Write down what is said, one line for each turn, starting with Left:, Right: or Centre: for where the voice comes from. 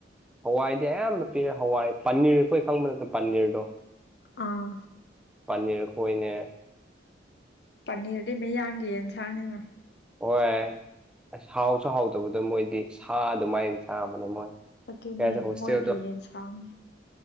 Centre: ꯍꯋꯥꯏꯗꯤ ꯑꯌꯥꯝꯕ ꯄꯤꯔꯦ ꯍꯋꯥꯏ ꯄꯅꯤꯔ ꯑꯩꯈꯣꯏ ꯈꯪꯕ ꯅꯠꯇ ꯄꯅꯤꯔꯗꯣ
Left: ꯑꯥ
Centre: ꯄꯅꯤꯔꯈꯣꯏꯅꯦ
Left: ꯄꯅꯤꯔꯗꯤꯩ ꯃꯩ ꯌꯥꯡꯒꯦꯅ ꯁꯥꯡꯅꯤꯅ
Centre: ꯍꯣꯏ ꯑꯁ ꯍꯥꯎꯁꯨ ꯍꯥꯎꯗꯕꯗꯣ ꯃꯣꯏꯗꯤ ꯁꯥ ꯑꯗꯨꯃꯥꯏꯅ ꯆꯥꯕꯅꯦ ꯃꯣꯏ
Left: ꯑꯗꯨꯅꯦ
Centre: ꯀꯁ ꯍꯣꯁꯇꯗ
Left: ꯃꯣꯏꯒꯤ ꯌꯦꯟꯁꯥꯡꯅꯤ